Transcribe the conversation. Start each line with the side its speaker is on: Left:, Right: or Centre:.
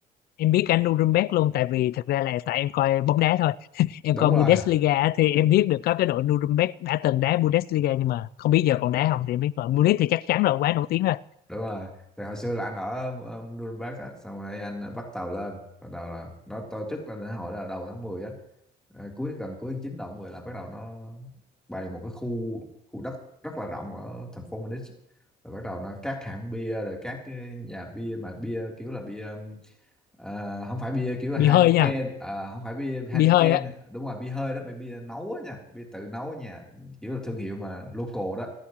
Left: em biết anh Nuremberg luôn tại vì thực ra là tại em coi bóng đá thôi <laughs> em
Centre: đúng
Left: coi Bundesliga
Centre: rồi
Left: á, thì em biết được có cái đội Nuremberg đã từng đá Bundesliga nhưng mà không biết giờ còn đá không thì em biết rồi Munich thì chắc chắn rồi quá nổi tiếng rồi
Centre: đúng rồi thì hồi xưa là anh ở ờ, Nuremberg á xong rồi anh bắt tàu lên bắt đầu là nó tôi trước là đến hồi là đầu tháng 10 á Ờ, cuối gần cuối tháng 9 đầu tháng 10 là bắt đầu nó bày một cái khu khu đất rất là rộng ở thành phố Munich rồi bắt đầu nó các hãng bia rồi các cái nhà bia mà bia kiểu là bia ờ, không phải bia kiểu là
Left: bị
Centre: Heineken
Left: hơi nha
Centre: ờ, không phải bia Heineken
Left: bị hơi á
Centre: đúng rồi bia hơi đó bia, bia nấu á nha bia tự nấu ở nhà kiểu là thương hiệu mà local đó